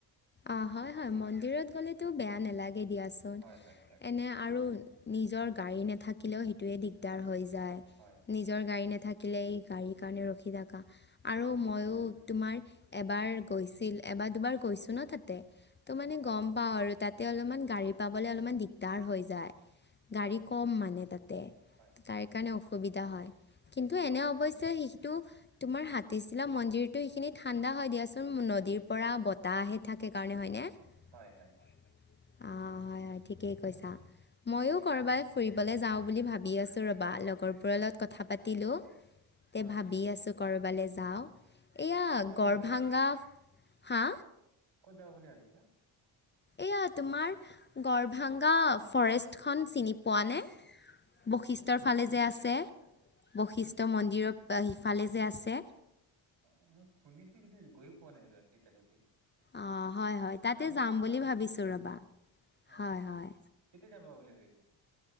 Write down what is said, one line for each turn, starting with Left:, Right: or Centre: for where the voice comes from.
Left: অ হয় হয় মন্দিৰত গ'লেতো বেয়া নালাগে দিয়াচোন
Right: হয় হয় হয়
Left: এনে আৰু নিজৰ গাড়ী নাথাকিলেও সেইটোোৱে দিগদাৰ হৈ যায়
Right: হয়
Left: নিজৰ গাড়ী নথ থাকিলে গাড়ীৰ কাৰণে ৰখি থাকা আৰু ময়ো
Right: হয়
Left: তোমাৰ। এবাৰ গৈছিল এবাৰ দুবাৰ গৈছো ন তাতে ত' মানে
Right: হয়
Left: গম পাও আৰু তাতে অলপমান গাড়ী পাবলে অলপমান দিগদাৰ হৈ যায় গাড়ী
Right: হয়
Left: কম মানে তাতে
Right: হয় হয়
Left: তাৰ কাৰণে অসুবিধা হয় কিন্তু এনে
Right: হয়
Left: অৱশ্যে তোমাৰ হাতীচিলা মন্দিৰ টো সেইখিনি ঠাণ্ডা হয় দিয়াচোন নদীৰ পৰা বতাহে থাকে কাৰণে হয়নে অ
Right: হয় হয়
Left: হয় হয় ঠিকেই কৈছা মইো কৰবাই ফুৰিবলৈ যাও বুলি ভাবি আছো ৰবা লগৰবোৰৰ লগত কথা পাতিলো
Right: অ
Left: তে ভাবি
Right: আচ্ছা
Left: আছো কৰবালৈ এয়া
Right: ক'ত যাব
Left: গৰভাংগা
Right: বুলি ভাবিছা
Left: হা
Right: ক'ত যাব বুলি ভাবিছা
Left: এয়া তোমাৰ গড়ভাংগা ফৰেষ্টখন চিনি পোৱা নে বৈশিষ্ট্যৰ
Right: মোক
Left: ফালে
Right: শুন
Left: যে আছে বৈশিষ্ট মন্দিৰৰ সিফালে যে আছে।
Right: অ মই শুনিছো কিন্তু গৈ পোৱা নাই এতিয়ালৈকে
Left: অ' হয় হয় তাতে
Right: বুলিতো
Left: যাম বুলি
Right: ভাবিছিলো
Left: ভাবিছো ৰবা
Right: অ
Left: হয়
Right: আচ্ছা
Left: হয়
Right: কেতিয়া যাব বুলি ভাবিছা